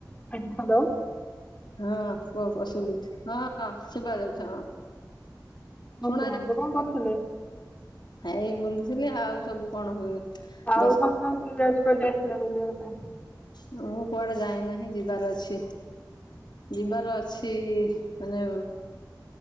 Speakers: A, on the left; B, on the left.
A: <unintelligible> ହାଲୋ।
B: ହଁ କୁହ କୁହ ଶୁଭୁଛି ହଁ ଶୁଭା ଯାଉଛି ହଁ।
A: ହଁ
B: ଶୁଣା
A: କୁହନ୍ତୁ
B: ଯାଉଛି
A: କଣ କରୁଥିଲେ?
B: ଏଇ ବୁଲୁଥିଲି। ଆଉ ସବୁ କଣ ହୁଏ?
A: ଆଉ
B: ଦଶ
A: ସକାଳ <unintelligible> ଯାଇଥିଲ ବୁଲିବା ପାଇଁ।
B: ମୁଁ କୁଆଡେ ଯାଇନାହିଁ ଯିବାର ଅଛି ଯିବାର ଅଛି। ମାନେ